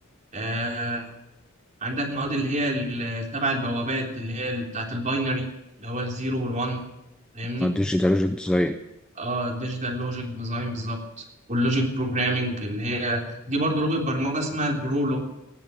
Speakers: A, on the right; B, in the centre.
A: آه عندك مواد اللي هي ال- تبع البوابات اللي هي ال- بتاعت الباينري اللي هو الزيرو والوان فاهمني
B: اه ديجيتال ديزاين
A: اه ديجيتال لوجيك ديزاين بالظبط واللوجيك بروجرامينج اللي هي دي برضو لغة برمجة اسمها البرولوج